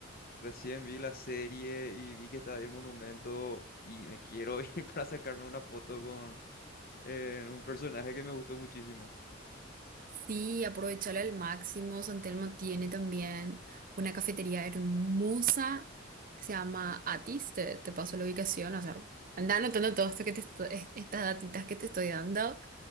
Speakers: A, on the left (about 50°); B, on the right (about 45°).
A: Recién vi la serie y vi que estaba ahí el monumento y me quiero <laughs> ir para sacarme una foto en un personaje que me gustó muchísimo.
B: Sí, aprovechala al máximo. San Telmo tiene también una cafetería hermosa que se llama Atis. Te, te paso la ubicación, o sea, anda anotando todo esto que te esto- est- estas datitas que te estoy dando